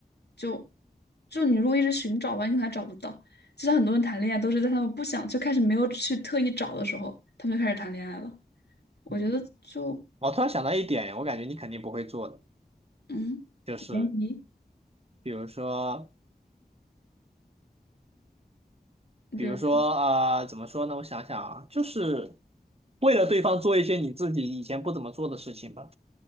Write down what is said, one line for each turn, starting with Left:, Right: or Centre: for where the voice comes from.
Left: 就就你如果一直寻找吧，你可能还找不到。就像很多人谈恋爱都是在他们不想就开始没有去特意找的时候，他们就开始谈恋爱了。我觉得就
Right: 嗯，我突然想到一点，我感觉你肯定不会做的，
Left: 嗯，
Right: 就是
Left: 联谊，
Right: 比如说，
Left: 比如说
Right: 比如说啊、呃怎么说呢？我想想啊，就是为了对方做一些你自己以前不怎么做的事情吧，